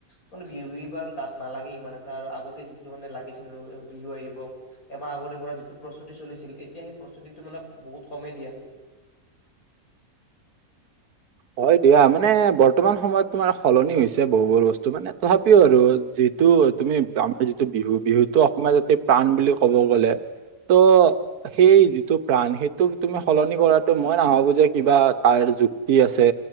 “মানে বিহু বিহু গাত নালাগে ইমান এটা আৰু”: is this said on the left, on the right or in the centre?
Left